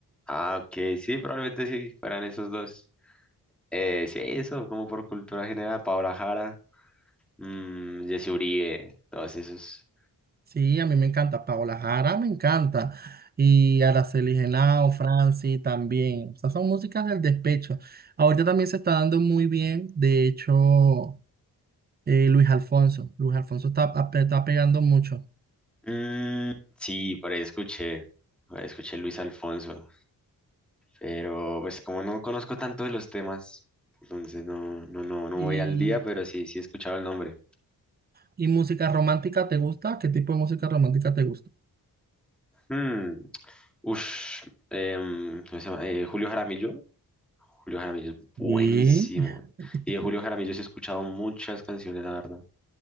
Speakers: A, in the centre; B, on the right.
A: Ah, ok, sí, probablemente sí, fueran esos dos. Eh, sí, eso, como por cultura general, Paola Jara, mm, Jesse Uribe, todos esos.
B: Sí, a mí me encanta. Paola Jara me encanta. Y Araceli Genao, Franci también. O sea, son músicas del despecho. Ahorita también se está dando muy bien, de hecho. eh, Luis Alfonso. Luis Alfonso está, ape- está pegando mucho.
A: Mm, sí, por ahí escuché, por ahí escuché Luis Alfonso. Pero pues como no conozco tanto de los temas, entonces no, no, no, no
B: Y,
A: voy al día, pero sí, sí he escuchado el nombre.
B: ¿Y música romántica te gusta? ¿Qué tipo de música romántica te gusta?
A: Hmm, ush, em, ¿cómo se llama? Eh, Julio Jaramillo. Julio Jaramillo es buenísimo.
B: Y <laughs>
A: Y de Julio Jaramillo sí he escuchado muchas canciones, la verdad.